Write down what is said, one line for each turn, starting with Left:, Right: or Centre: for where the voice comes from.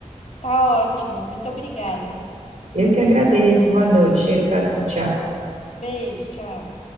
Left: Tá ótimo. Muito obrigada.
Right: Eu que agradeço. Boa noite. Cheiro para tu. Tchau.
Left: Beijo, tchau.